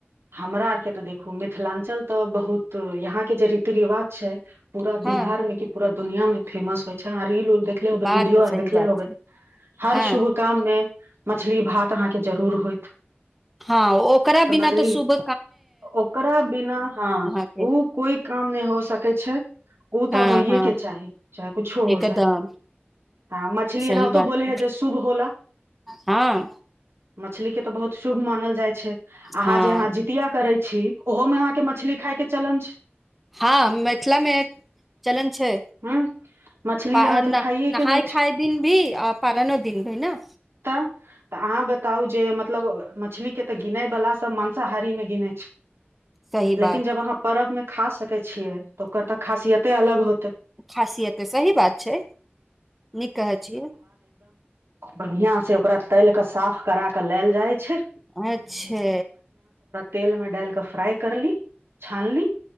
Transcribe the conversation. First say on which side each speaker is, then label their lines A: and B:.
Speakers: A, on the right (about 85°); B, in the centre.
A: हमरा आरके तऽ देखू मिथिलाञ्चल तऽ बहुत तऽ यहाँ के जे रीति रिवाज छै पूरा
B: हँ
A: बिहार मे की पूरा दुनियामे फेमस होइ छै आर रील उल देखले होबे
B: बात
A: वीडियो
B: तऽ
A: आर
B: सही
A: देखले
B: बात
A: होबे
B: छै
A: हर
B: हँ
A: शुभ काममे मछली भात अहाँके जरूर होइत
B: हँ ओकरा
A: समझलियै
B: बिना तऽ शुभ
A: ओकरा बिना हँ
B: अहाँके
A: उ कोइ काम नहि हो सकै छै ओ
B: हँ
A: तऽ होइएके
B: हँ
A: चाही चाहे कुछो हो
B: एकदम
A: जाइ ह मछली
B: सही
A: एनाहितो
B: बात
A: बोले हे जे
B: छै
A: शुभ होला
B: हँ
A: मछली के तऽ बहुत शुभ मानल जाइ छै अहाँ
B: हँ
A: जे अहाँ करै छी ओहोमे अहाँके मछली खायके चलन छै
B: हँ मिथिलामे चलन छै
A: ह मछली
B: पा
A: अहाँके
B: न
A: खाइएके
B: नहाय
A: होइ छै
B: खाय दिन भी आ पारनो दिन भी ने
A: तऽ तऽ अहाँ बताउ जे मतलब मछली के तऽ गिनैवला सभ मांसाहारीमे गिनै छै
B: सही
A: लेकिन
B: बात
A: जब अहाँ पर्बमे खा सकै छियै तऽ ओकर तऽ खासियते अलग होते
B: खासियत तऽ सही बात छै नीक कहै छियै
A: बढ़ियां से ओकरा तैलिकऽ साफ करा के लैल जाइ छै
B: अच्छा
A: तेल मे डालिकऽ फ्राइ कर ली छान ली